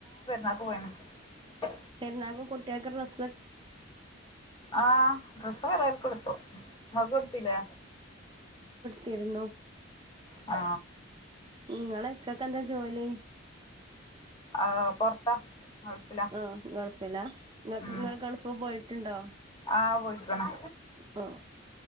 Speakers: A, on the left; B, on the right.
A: നക്ക് പോയിന <unintelligible>
B: പെരുന്നാക്ക് കുട്ട്യേക്ക് ഡ്രസ്സ്‌
A: ആഹ ഡ്രസ്സ ഒക്കെ എല്ലാർക്കും ഇടത്തു ഇങ്ങക്ക് ഇദ്ത്തിലെ
B: തീരുന്നു
A: ആ
B: നിങ്ങളെ ഇക്കക്ക് എന്താ ജോലി
A: ആഹ പൊറത്താ ഗൾഫിലാ
B: ആ ഗൾഫ് ഫിലാ നിങ്ങൾ
A: ഉം
B: ഗൾഫ് പോയിട്ടുണ്ടോ
A: ആ പോയിക്ക്ണ്
B: ഓ